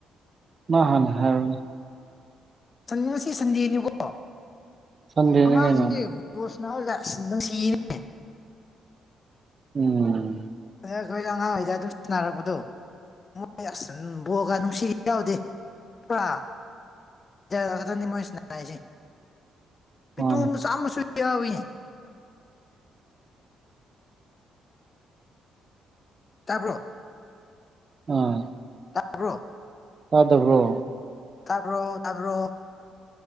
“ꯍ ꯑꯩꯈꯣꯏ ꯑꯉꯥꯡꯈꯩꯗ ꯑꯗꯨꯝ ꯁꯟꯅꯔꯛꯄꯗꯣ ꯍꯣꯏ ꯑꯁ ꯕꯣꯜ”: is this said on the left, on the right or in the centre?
Left